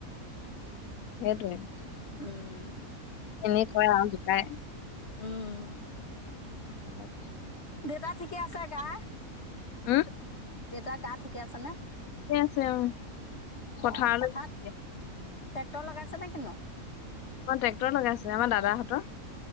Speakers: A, on the left; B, on the left.
A: সেইটোৱে।
B: উম',
A: এনেই কয় আৰু জোকাই।
B: উম',
A: উ <unintelligible>
B: দেউতা ঠিকে আছে গা।
A: উম,
B: দেউতা গা ঠিকে আছে নে?
A: ঠিকে আছে অঁ, পথাৰলৈ
B: অ পথাৰত
A: য
B: ট্ৰেক্টৰ লগাইছে নে কিনো।
A: অঁ, ট্ৰেক্টৰ লগাইছিলে, আমাৰ দাদাহঁতৰ।